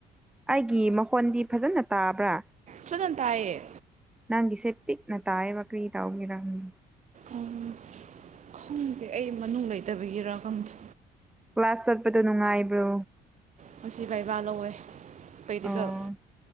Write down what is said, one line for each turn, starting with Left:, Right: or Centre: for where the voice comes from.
Centre: ꯑꯩꯒꯤ ꯃꯈꯣꯟꯗꯤ ꯐꯖꯅ ꯇꯥꯕ꯭ꯔꯥ
Right: ꯐꯖꯟ ꯇꯥꯏꯌꯦ
Centre: ꯅꯪꯒꯤꯁꯦ ꯄꯤꯛꯅ ꯇꯥꯏꯌꯦꯕ ꯀꯔꯤ ꯇꯧꯕꯒꯤꯔꯥ ꯈꯪꯗꯦ
Right: ꯎꯝ ꯈꯪꯗꯦ ꯑꯩ ꯃꯅꯨꯡ ꯂꯩꯇꯕꯒꯤꯔꯥ ꯈꯡꯗꯦ
Centre: ꯀ꯭ꯂꯥꯁ ꯆꯠꯄꯗꯣ ꯅꯨꯡꯉꯥꯏꯕ꯭ꯔꯣ
Right: ꯉꯁꯤ ꯕꯥꯏꯕꯥ ꯂꯧꯋꯦ ꯄꯔ꯭ꯦꯛꯇꯤꯀꯜ
Centre: ꯑꯣ